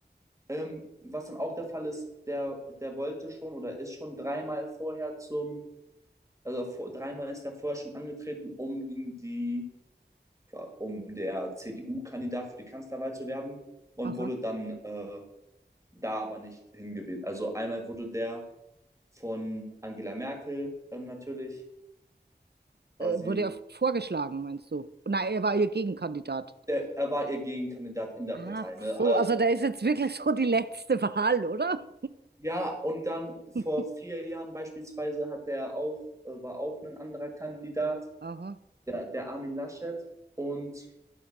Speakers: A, on the right (about 15°); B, on the right (about 65°).
A: ähm, was dann auch der Fall ist, der, der wollte schon oder ist schon dreimal vorher zum, also vor, dreimal ist er vorher schon angetreten, um in die um der CDU-Kandidat für die Kanzlerwahl zu werden und
B: Aha.
A: wurde dann äh, da aber nicht hingewählt. Also einmal wurde der von Angela Merkel ähm, natürlich quasi,
B: Äh, wurde er vorgeschlagen, meinst du? Nein, er war ihr Gegenkandidat.
A: der, er war ihr Gegenkandidat in der
B: Ach
A: Partei. Ne?
B: so,
A: Äh,
B: also da ist jetzt wirklich so die letzte Wahl, oder?
A: ja, und dann
B: <laughs>
A: vor vier Jahren beispielsweise hat der auch, äh, war auch ein anderer Kandidat,
B: Aha.
A: der, der Armin Laschet. Und